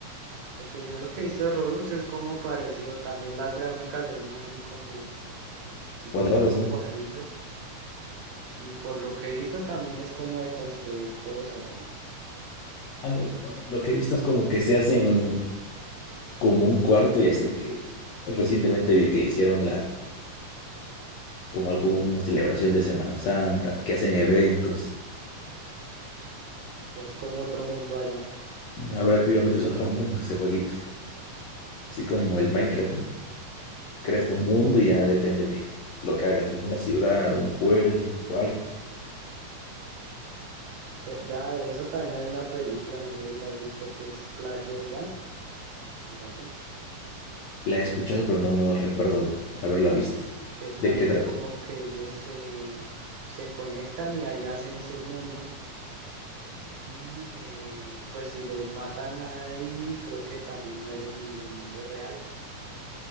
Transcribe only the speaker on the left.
Cuadrados,
¿no?
Ándale, bueno, lo que he visto es como que se hacen como un cuarto y hacen que recientemente vi que hicieron la como alguna celebración de Semana Santa, que hacen eventos.
Habrá activamente es otro <laughs> mundo ese jueguito, así como el Minecraft, ¿no? Creas tu mundo y ya depende de lo que hagas, ¿no? Una ciudad, un pueblo, o algo.
La he escuchado, pero no, no recuerdo haberla visto.
¿De
qué trata?